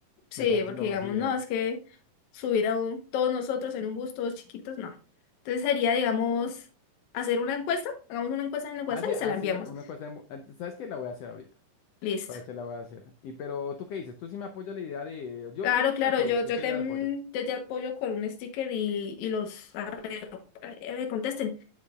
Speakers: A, on the left (about 70°); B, on the left (about 85°).
A: Sí,
B: Me parece
A: porque
B: lo más
A: digamos,
B: ideal.
A: no, es que subir a un- todos nosotros en un bus, todos chiquitos, no. Entonces sería, digamos, hacer una encuesta. Hagamos una encuesta en el
B: Ah,
A: WhatsApp
B: sí, haces
A: y se la enviamos.
B: una cosa, de mu- ¿sabes qué? La voy a hacer ahorita.
A: Listo.
B: Pache, la voy a hacer. Y pero, ¿tú qué dices? Tú sí me apoyas la idea de, yo
A: Claro,
B: quiero ir
A: claro,
B: al pollo,
A: yo,
B: yo
A: yo
B: quiero
A: te,
B: ir al pollo.
A: yo te apoyo con un sticker y, y los arreglo. Eh, Contesten.